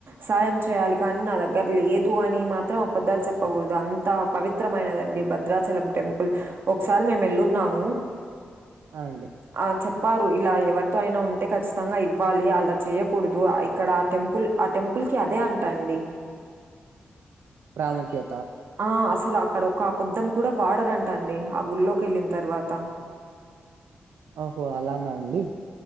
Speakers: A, on the right; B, on the right.
A: సాహాయం చేయాలి కానీ నా దగ్గర లేదు అని మాత్రం అబద్ధాలు చెప్పకూడదు అంత పవిత్రమైనదండి భద్రాచలం టెంపుల్ ఓ ఒకసారి మేము వెళ్ళున్నాము
B: ఆ! అండి.
A: ఆ చెప్ ప్పారు ఇలా ఎవరితో అయినా ఉంటే ఖచ్చితంగా ఇవ్వాలి అలా చేయకూడదు ఇక్కడ ఆ టెంపుల్ ఆ టెంపుల్ క అదే అంటాండి
B: ప్రాముఖ్య
A: ఆ అసలు అక్కడ ఒక ఆపాద్దం కూడా వాడరంట అండి ఆ గుల్లోకి వెళ్ళిన తర్వాత
B: ఓహో అలానా అండి